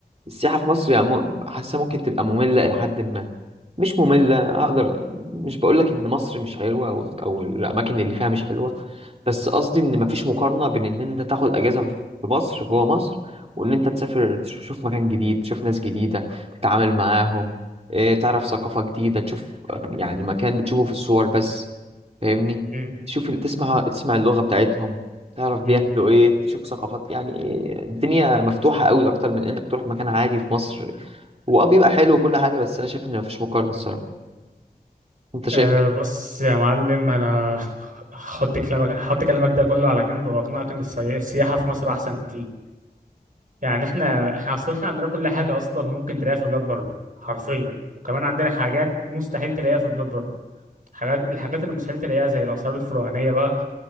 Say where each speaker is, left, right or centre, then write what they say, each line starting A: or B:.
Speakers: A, on the right; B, on the right.
A: السياحة في مصر يعني م- حاسة ممكن تبقى مملة لحد ما مش مملة هقدر مش بقولك ان مصر مش حلوة او او الاماكن اللي فيها مش حلوة بس قصدي ان مفيش مقارنة بين ان انت تاخد اجازة في مصر جوه مصر وان انت تسافر تشوف تشوف مكان جديد تشوف ناس جديدة تتعامل معاهم إيه، تعرف ثقافة جديدة تشوف يعني مكان بتشوفه في الصور بس فاهمني
B: مم.
A: تشوف تسمع تسمع اللغة بتاعتهم تعرف بياكلوا
B: مم.
A: ايه تشوف ثقافات يعني إيه، الدنيا مفتوحة قوي اكتر من انك تروح مكان عادي في مصر هو اه بيبقى حلو وكل حاجة بس انا شايف ان مفيش مقارنة الصراحة انت شايف
B: أه
A: إيه؟
B: بص يا معلم انا <laughs> هحط كلامك هحط كلامك ده كله على جنب واقنعك ان السي- السياحه في مصر احسن بكتير يعني احنا احنا اصلا احنا عندنا كل حاجه اصلا ممكن تلاقيها في بلاد بره حرفيا وكمان عندنا حاجات مستحيل تلاقيها في بلاد بره حاجات الحاجات اللي مستحيل تلاقيها زي الاثار الفرعونيه بقى